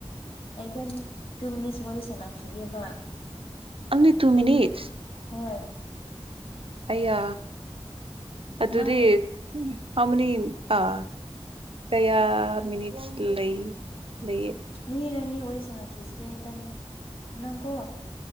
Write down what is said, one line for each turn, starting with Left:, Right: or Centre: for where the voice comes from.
Left: ꯑꯩꯕꯅꯤ ꯇꯨ ꯃꯤꯅꯤꯠꯁ ꯋꯥꯔꯤ ꯁꯥꯟꯅꯈꯤꯒꯦꯕ
Right: ꯑꯣꯟꯂꯤ ꯇꯨ ꯃꯤꯅꯤꯠꯁ
Left: ꯍꯣꯏ
Right: ꯑꯌꯥ ꯑꯗꯨꯗꯤ
Left: ꯅꯪ
Right: ꯑꯃꯅꯤ ꯑꯥ ꯀꯌꯥ ꯃꯤꯅꯤꯠꯁ ꯂꯩ ꯂꯩꯌꯦ
Left: ꯃꯤꯔꯅꯤ ꯑꯣꯔꯤꯁꯅ ꯈꯤꯁꯦ ꯅꯤ ꯅꯪ ꯀꯣ